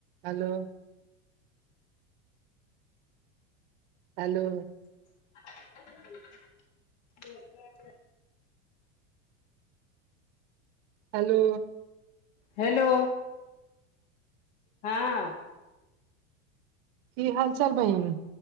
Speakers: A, on the right; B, on the left.
A: Hello. Hello.
B: <inaudible>
A: Hello.
B: Hello हँ।
A: की हाल चाल बैहीन